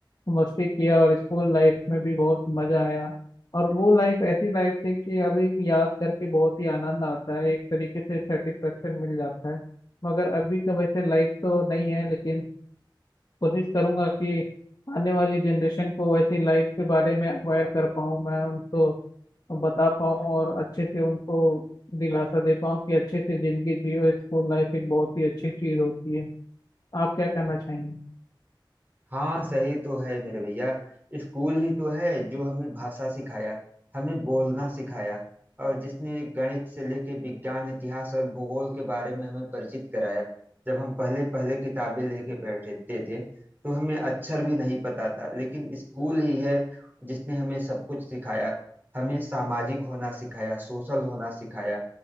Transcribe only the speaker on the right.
हाँ सही तो है मेरे भैया स्कूल ही तो है जो हमें भाषा सिखाया हमें बोलना सिखाया और जिसने गणित से लेके विज्ञान इतिहास और भूगोल के बारे में हमें परिचित कराया जब हम पहले पहले किताबें लेके बैठते थे तो हमें अक्षर भी नहीं पता था लेकिन स्कूल ही है जिसने हमें सब कुछ सिखाया हमें सामाजिक होना सिखाया सोशल होना सिखाया